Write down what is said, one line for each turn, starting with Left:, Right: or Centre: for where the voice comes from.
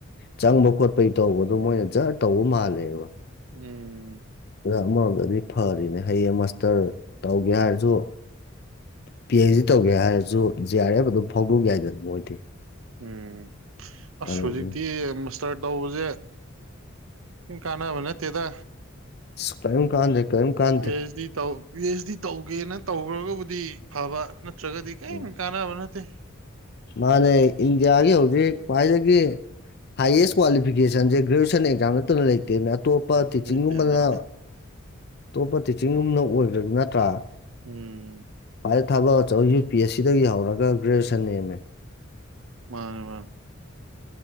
Left: ꯆꯪꯕ ꯈꯣꯠꯄꯩ ꯇꯧꯕꯗꯣ ꯃꯣꯏꯅ ꯖꯔ ꯇꯧꯕ ꯃꯥꯜꯂꯦꯕ
Right: ꯎꯝ
Left: ꯑꯃꯔꯣꯝꯗꯗꯤ ꯐꯔꯤꯅꯦ ꯍꯌꯦꯡ ꯃꯥꯁꯇꯔ ꯇꯧꯒꯦ ꯍꯥꯏꯔꯁꯨ ꯄꯤ ꯑꯩꯩꯆ ꯗꯤ ꯇꯧꯒꯦ ꯍꯥꯏꯔꯁꯨ ꯖꯤ ꯑꯥꯔ ꯑꯦꯐ ꯑꯗꯨ ꯐꯥꯎꯗꯣꯛ ꯌꯥꯏꯗ ꯑꯗꯨ ꯃꯣꯏꯗꯤ
Right: ꯎꯝ ꯑꯁ
Left: ꯑꯗꯨ
Right: ꯍꯧꯖꯤꯛꯇꯤ
Left: ꯎꯝ
Right: ꯏꯁꯇꯥꯔꯠ ꯇꯧꯕꯁꯦ ꯀꯥꯟꯅꯕꯅ ꯇꯦꯗ
Left: ꯑꯁ ꯀꯔꯤꯝ ꯀꯥꯟꯗꯦ ꯀꯔꯤꯝ ꯀꯥꯟꯗꯦ
Right: ꯄꯤ ꯑꯩꯆ ꯗꯤ ꯇꯧ ꯄꯤ ꯑꯩꯆ ꯗꯤ ꯇꯧꯒꯦꯅ ꯇꯧꯈ꯭ꯔꯒꯕꯨꯗꯤ ꯐꯕ ꯅꯠꯇ꯭ꯔꯒꯗꯤ ꯀꯔꯤꯝ
Left: ꯎꯝ
Right: ꯀꯥꯟꯅꯕ ꯅꯠꯇꯦ
Left: ꯃꯥꯅꯦ ꯏꯟꯗꯤꯌꯥꯒꯤ ꯍꯧꯖꯤꯛ ꯈ꯭ꯋꯥꯏꯗꯒꯤ ꯍꯥꯏꯌꯦꯁ ꯀ꯭ꯋꯥꯂꯤꯐꯤꯀꯦꯁꯟꯁꯦ ꯒ꯭ꯔꯦꯖꯨꯋꯦꯁꯟ ꯑꯦꯛꯖꯥꯝ ꯅꯠꯇꯅ ꯂꯩꯇꯦꯅꯦ ꯑꯇꯣꯞꯄ ꯇꯤꯆꯤꯡꯒꯨꯝꯕꯅ
Right: ꯂꯩꯇꯦ ꯂꯩꯇꯦ
Left: ꯑꯇꯣꯞꯄ ꯇꯤꯆꯤꯡꯒꯨꯝꯅ ꯑꯣꯏꯗ꯭ꯔꯗꯤ ꯅꯠꯇ꯭ꯔꯥ
Right: ꯎꯝ
Left: ꯑꯩ ꯊꯕꯛ ꯑꯆꯧ ꯌꯨ ꯄꯤ ꯑꯦꯁ ꯁꯤꯗꯒꯤ ꯍꯧꯔꯒ ꯒ꯭ꯔꯦꯖꯨꯑꯦꯁꯟ ꯑꯦꯝꯃꯦ
Right: ꯋꯥ ꯃꯥ